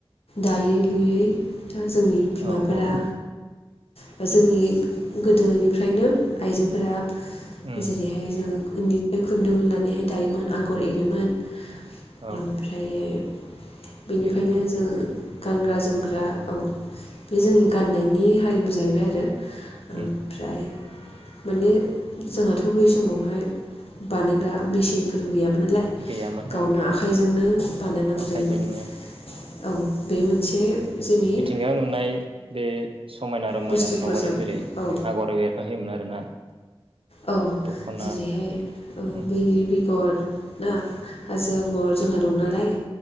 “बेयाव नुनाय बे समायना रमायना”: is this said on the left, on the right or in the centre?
Right